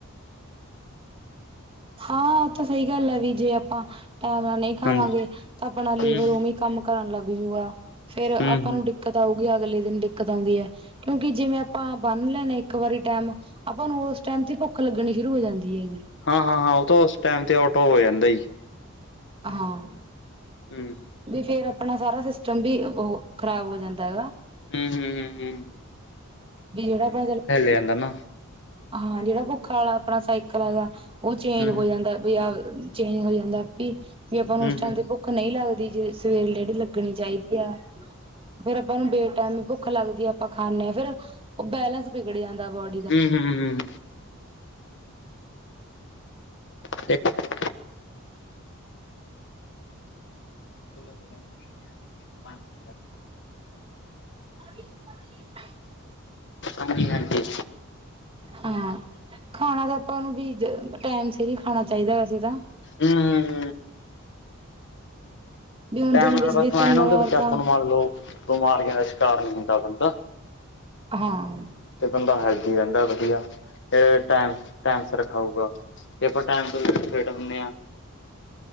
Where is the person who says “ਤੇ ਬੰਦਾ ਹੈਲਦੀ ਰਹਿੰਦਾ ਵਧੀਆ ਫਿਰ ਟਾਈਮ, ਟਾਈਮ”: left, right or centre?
Left